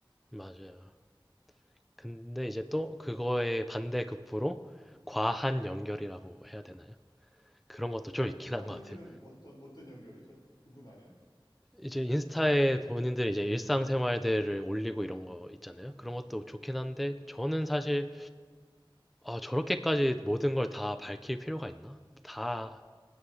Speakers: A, in the centre; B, on the left (about 55°).
A: 맞아요. 근데 이제 또 그거의 반대 급부로 과한 연결이라고 해야 되나요? 그런 것도 좀
B: 어,
A: 있긴
B: 과한
A: 한 것
B: 연결은
A: 같아요.
B: 어떤 어떤 연결이죠? 궁금하네요.
A: 이제 인스타에 본인들 이제 일상생활들을 올리고 이런 거 있잖아요. 그런 것도 좋긴 한데 저는 사실 아, 저렇게까지 모든 걸 다 밝힐 필요가 있나? 다